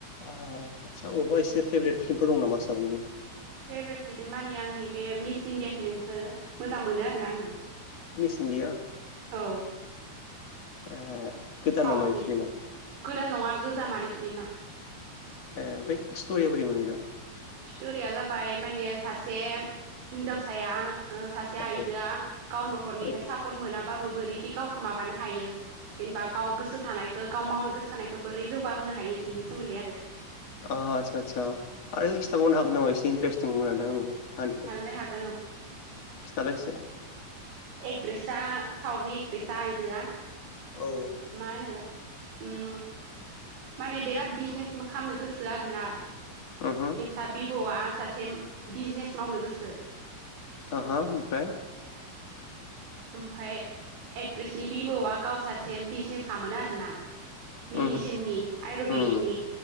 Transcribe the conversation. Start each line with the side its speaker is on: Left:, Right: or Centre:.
Left: औ आदसा अबा एसे फेब्रेद फिलिमफोर दं नामा साउटनि?
Right: फेब्रेद फिलिम माने आंनि बे मिस इण्डिया फिलिमखौ मोजां मोनो आरो ना आङो।
Left: Miss India?
Right: औ।
Left: ए। गोदान
Right: साउथनि
Left: नामा बे फिल्मा
Right: गोदान नङा गोजामानो फिलिमा।
Left: ए ओमफ्राय स्टरिया बोरै मोन इना?
Right: स्तरिया जाबाय माने सासे हिन्जावसाया ओ सासे
Left: औ
Right: आइजोआ गाव न'खरनिफ्राय
Left: औ
Right: सापर्ट मोनाबाबो बोरैदि गावखौ माबानो हायो जेनेबा गाव गोसो थानायखौ गाव मावनो गोसो थानायखौ बोरै जौगाहोनो हायो बिनि सोमोन्दै आरो।
Left: अ आतसा आतसा आरो दा बुंनो हागोन नामा एसे इन्टारेस्टिं मोनदों आङो काहानिखौ।
Right: ए हागोन औ।
Left: खिथालाइ एसे।
Right: एकट्रिसा सावद नि एकट्रिसा आइजोआ
Left: औ।
Right: मा होनो ओम माने बिराद बिजनेस खालामनो गोसो आरोना।
Left: ओमहु
Right: सा बिबौआ सासे बिजनेस मावनो गोसो।
Left: आहा ओमफ्राय
Right: ओमफाय एकट्रिस नि बिबौआ गाव सासे बिजनेस खामोन आरो ना। मेडिसिननि
Left: उमहो
Right: आयुरबेदिकनि
Left: उम